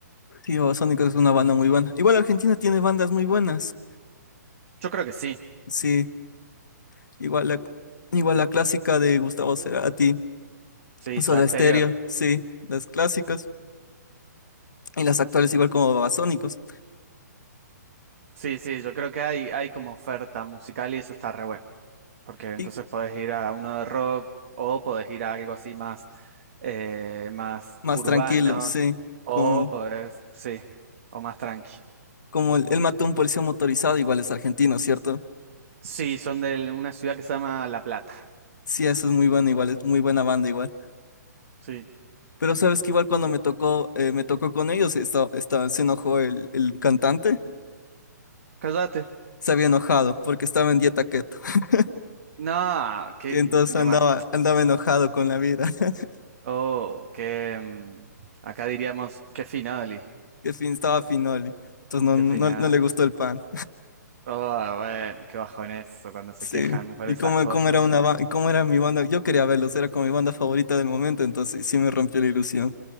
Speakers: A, on the left; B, on the right.
A: Sí, Babasónicos es una banda muy buena. Igual Argentina tiene bandas muy buenas.
B: Yo creo que sí.
A: Sí. Igual la, igual la clásica de Gustavo Cerati,
B: Sí,
A: Soda
B: Soda Stereo.
A: Stereo, sí, las clásicas. Y las actuales igual como Babasónicos.
B: Sí, sí, yo creo que hay, hay como oferta musical y eso está re bueno. porque entonces
A: Y
B: podés ir a uno de rock o podés ir a algo así más, eh, más
A: más
B: urbano
A: tranquilos sí.
B: o
A: Como,
B: podés, sí, o más tranqui.
A: como el él mató a un policía motorizado, igual es argentino, ¿cierto?
B: Sí, son de una ciudad que se llama La Plata.
A: Sí, eso es muy bueno, igual es muy buena banda igual.
B: Sí.
A: Pero sabes que igual cuando me tocó, eh, me tocó con ellos, esta- esta- se enojó el, el cantante,
B: Cállate.
A: se había enojado porque estaba en dieta keto. <laughs>
B: No, qué
A: Y entonces
B: demás.
A: andaba, andaba enojado con la vida. <laughs>
B: Oh, qué. mm, Acá diríamos, qué finoli,
A: Que fin, estaba finoli. Entonces no,
B: qué
A: no,
B: final.
A: no le gustó el pan.
B: Oh, bueno, qué bajón eso cuando se
A: Sí.
B: quejan por
A: ¿Y
B: esas
A: cómo,
B: cosas.
A: cómo era una ba- cómo era mi banda? Yo quería verlos, era como mi banda favorita del momento, entonces sí me rompió la ilusión.